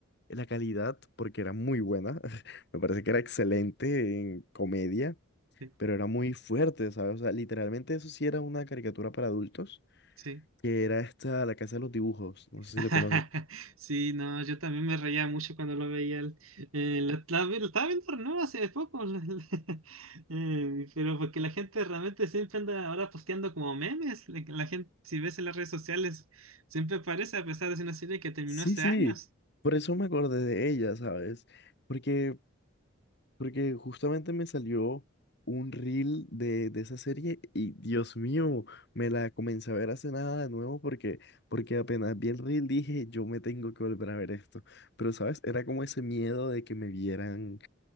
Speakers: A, on the left; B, on the right.
A: la calidad, porque era muy buena. <laughs> Me parece que era excelente en comedia,
B: Sí,
A: pero era muy fuerte, ¿sabes? O sea, literalmente eso sí era una caricatura para adultos
B: sí.
A: que era esta, la casa de los dibujos, no sé
B: <laughs>
A: si lo conoces.
B: Sí, no, yo también me reía mucho cuando lo veía. el- eh, la- la- lo estaba viendo no hace poco, <laughs> la- la- eh, pero porque la gente realmente siempre anda ahora posteando como memes. La, la gente, si ves en las redes sociales, siempre aparece a pesar de ser una serie que terminó
A: Sí,
B: hace
A: sí,
B: años.
A: por eso me acordé de ella, ¿sabes? Porque, porque justamente me salió un reel de, de esa serie y Dios mío, me la comencé a ver hace nada de nuevo porque, porque apenas vi el reel dije, yo me tengo que volver a ver esto. Pero, ¿sabes? Era como ese miedo de que me vieran